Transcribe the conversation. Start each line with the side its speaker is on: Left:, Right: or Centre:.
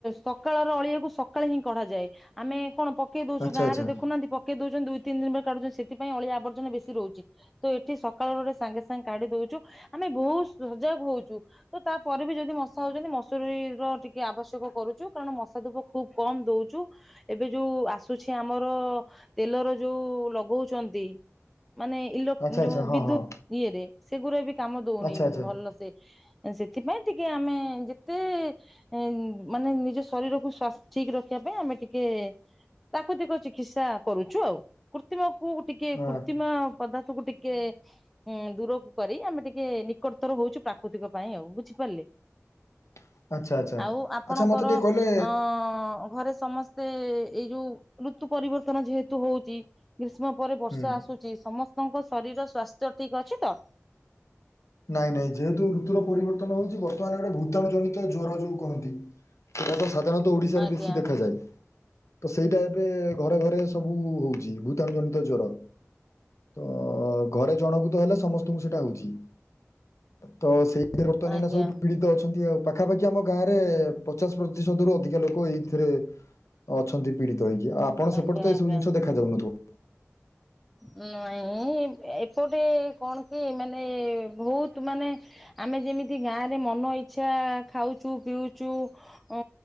Centre: ସକାଳର ଅଳିଆକୁ ସକାଳେ ହିଁ କଢା ଯାଏ ଆମେ କଣ ପ ପକେଇ ଦେଉଛୁ
Left: ଆଚ୍ଛା
Centre: ଗାଁରେ
Left: ଆଚ୍ଛା
Centre: ଦେଖୁହାନ୍ତି ପକେଇଉଛନ୍ତି ଦୁଇ ତିନି ଦିନି ପରେ କାଢୁଛନ୍ତି ସେଥିପାଇଁ ଅଳିଆ ଆବର୍ଜନା ବେଶୀ ରହୁଛି। ତ ଏଠି ସକାଳରରେ ସାଙ୍ଗେ ସାଙ୍ଗେ କାଢି ଦଉଛୁ, ଆମେ ବହୁତ ସଜାଗ ହଉଛୁ। ତ ତାପରେ ବି ଯଦି ମଶା ହଉଛନ୍ତି ମଶୁରୀ ର ଟିକେ ଆବଶ୍ୟକ କରୁଛୁ କାରଣ ମଶା ଧୁପ ଖୁବ କମ ଦଉଛୁ। ଏବେ ଯୋଉ ଆସୁଛି ଆମର ତେଲର ଯୋଉ ଲଗଉଚନ୍ତି ମାନେ ଇଲୋକ୍
Left: ଆଚ୍ଛା
Centre: ଯୋଉ
Left: ଆଚ୍ଛା ହଁ
Centre: ବିଦ୍ୟୁତ
Left: ହଁ
Centre: ଇଏରେ ସେଗୁଡା ବି କାମ ଦଉନି
Left: ଆଚ୍ଛା ଆଚ୍ଛା
Centre: ଭଲ ସେ ସେଥିପାଇଁ ଟିକେ ଆମେ ଯେତେ ଏ ମାନେ ନିଜ ଶରୀରକୁ ସ୍ୱାସ୍ଥ ଠିକ ରଖିବା ପାଇଁ ଆମେ ଟିକେ ପ୍ରାକୁତିିକ ଚିକିତ୍ସା କରୁଛୁ ଆଉ, କୃତ୍ରିମକୁ ଟିକେ
Left: ହଁ
Centre: କୃ୍ତିମା ପଦାର୍ଥକୁ ଟିକେ ହୁଁ ଦୂରକୁ କରି ଆମେ ଟିକେ ନିକଟତର ହଉଛୁ ପ୍ରାକୃତିକ ପାଇଁ ଆଉ ବୁଝିପାରିଲେ?
Left: <inaudible> ଆଚ୍ଛା
Centre: ଆଉ ଆପଣଙ୍କର
Left: ଆଚ୍ଛା ମତେ ଟିକେ କହିଲେ
Centre: ଅ ଘରେ ସମସ୍ତେ ସେ ଏଇ ଯୋଉ ଋତୁ ପରିବର୍ତ୍ତନ ଯେହେତୁ ହଉଛି, ଗ୍ରୀଷ୍ମ ପରେ ବର୍ଷା
Left: ହୁଁ
Centre: ଆସୁଛି ସମସ୍ତ ସମସ୍ତ ଙ୍କ ଶରୀରର ସ୍ୱାସ୍ଥ୍ୟ ଠିକ୍ ଅଛି ତ?
Left: ନାଇଁ ନାଇଁ ଯେହେତୁ ଋତୁର ପରିବର୍ତ୍ତନ ହଉଛି ବର୍ତ୍ତମାନ ଗୋଟେ ଭୂତାଣୁ ଜନିତ ଜ୍ଵର ଯୋଉ କହନ୍ତି। ସେଟା ତ ସାଧାରଣତଃ ଓଡିଶାରେ
Centre: ଆଜ୍ଞା
Left: ବେଶୀ ଦେଖାଯାଏ। ତ ସେଇଟା ଏବେ ଘରେ ଘରେ ସବୁ ହଉଛି, ଭୂତାଣୁ ଜନିତ ଜ୍ଵର। ତ ଘରେ ଜଣକୁତ ହେଲେ ସମସ୍ତଙ୍କୁ ସେଇଟା ହଉଛି। ତ ସେଇଥିରେ ବର୍ତ୍ତମାନ
Centre: ଆଜ୍ଞା
Left: ଏ ନା ସବୁ ପୀଡିତ ଅଛନ୍ତି ଆଉ। ପାଖାପାଖି ଆମ ଗାଁ ରେ ପଚାଶ ପ୍ରତିଶତ ରୁ ଅଧିକ ଲୋକ ଏଇଥିରେ ଅଛନ୍ତି ପୀଡିତ ହେଇକି, ଆପଣ ସେପଟେ
Centre: ଆଜ୍ଞା
Left: ତ ଏଇସବୁ
Centre: ଆଜ୍ଞା।
Left: ଜିନିଷ ଦେଖା ଯାଉନଥିବ?
Centre: ନାଇଁ ଏପଟେ କଣ କି ମାନେ ବହୁତ ମାନେ ଆମେ ଯେମିତି ଗାଁରେ ମନ ଇଚ୍ଛା ଖାଉଛୁ, ପିଉଛୁ ଅ